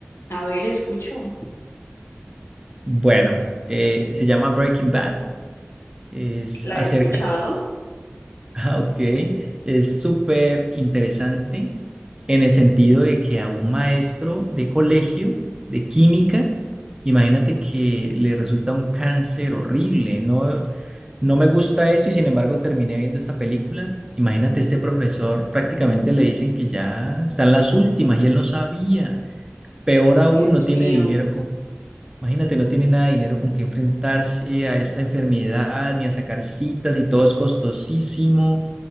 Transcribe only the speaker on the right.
Bueno, eh, se llama Breaking Bad, es
acerca
Ah, ok, es súper interesante en el sentido de que a un maestro de colegio de química, imagínate que le resulta un cáncer horrible, no, no me gusta eso y sin embargo terminé viendo esta película. Imagínate este profesor, prácticamente le dicen que ya están las últimas y él no sabía. Peor aún,
no tiene
dinero. Imagínate, no tiene nada de dinero con que enfrentarse a esta enfermedad, ni a sacar citas, y todo es costosísimo.